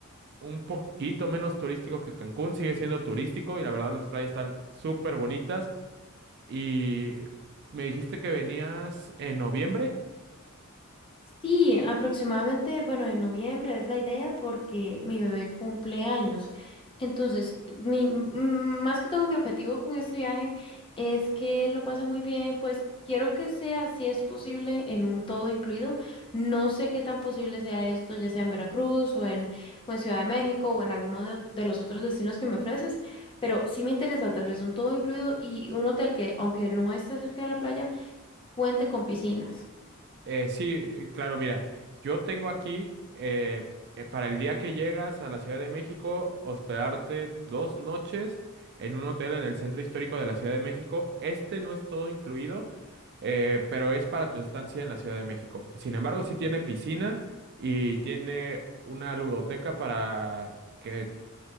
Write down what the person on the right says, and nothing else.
un poquito menos turístico que Cancún, sigue siendo turístico y la verdad las playas están súper bonitas. Y me dijiste que venías en noviembre.
Eh, sí, eh, claro, mira, yo tengo aquí eh, eh, para el día que llegas a la Ciudad de México, hospedarte dos noches en un hotel en el centro histórico de la Ciudad de México. Este no es todo incluido, eh, pero es para tu estancia en la Ciudad de México. Sin embargo, sí tiene piscina y tiene una ludoteca para que